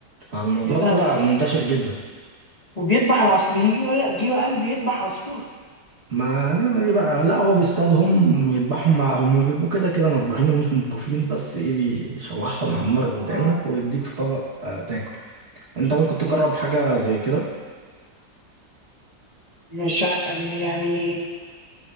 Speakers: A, on the right; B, on the left.
A: فالموضوع
B: يا لهوي
A: طلع منتشر جدا
B: وبيذبح العصفور بيجي ولا جيله قلب يذبح عصفور
A: ما هنعمل ايه بقى لا هو بيصطادهم يذبحهم مع هم بيبقوا كده كده مطبوخين ومش مطبوخين بس ايه بيشوحهم على النار
B: آه.
A: قدامك ويديك في طبق آه تاكل انت ممكن تجرب
B: يا لهوي
A: حاجة زي كده
B: مش ع- يعني